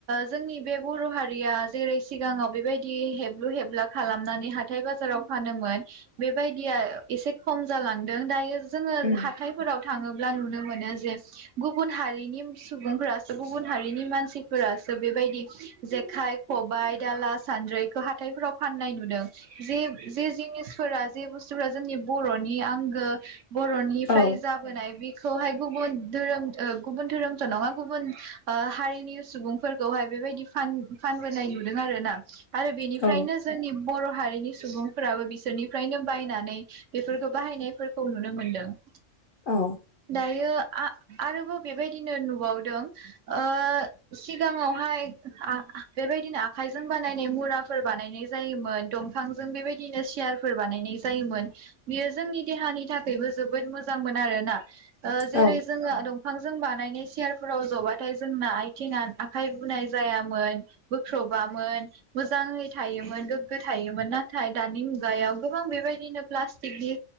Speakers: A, on the right; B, on the left.
A: जोंनि बे बर' हारिया जेरै सिगाङाव बेबायदि हेबलु हेबला खालामनानै हाथाय बाजाराव फानोमोन बेबायदिया एसे खम जालांदों दायो जोङो
B: उम
A: हाथायफोराव थाङोब्ला नुनो मोनो जे गुबुन हारिनि सुबुंफ्रासो गुबुन हारिनि मानसि फोरासो बेबायदि जेखाइ खबाइ दाला सान्द्रिखौ हाथाइफोराव फाननाय नुदों जे जे जिनिसफोरा जे बुस्थुफोरा जोंनि बर' नि आंगो बरनिफ्राय
B: औ
A: जाबोनाय बि खौहाय गुबुन धोरोम ओ गुबुन धोरोमथ नङा गुबुन ओ हारिनि सुबुंफोरखौहाय बेबायदि फान-फानबोनाय नुदों आरो ना । आरो बेनिफ्रायनो
B: औ
A: जोंनि बर' हारिनि सुबुंफोराबो बि सोरनिफ्रायनो बायनानै बेफोरखौ बाहायनायफोरखौ नुनो मोनदों ।
B: औ
A: दायो आ आरोबाव बेबायदिनो नुबावदों ओ सिगाङावहाय आ बेबायदिनो आखाइजों बानायनाय मुराफोर बानायनाय जायोमोन दंफांजों बेबायदिनो सियारफोर बानायनाय जायोमोन बियो जोंनि देहानि थाखायबो जोबोद मोजांमोन आरोना । ओ जेरै
B: औ
A: जोङो दं फांजों बानायनाय सियारफोराव जबाथाय जोंना आइ थिङा आखाइ बुनाय जायामोन बोख्रबामोन मोजाङै थायोमोन गोग्गो थायोमोन नाथाय दानि मुगायाव गोबां बेबायदिनो प्लासटिकनि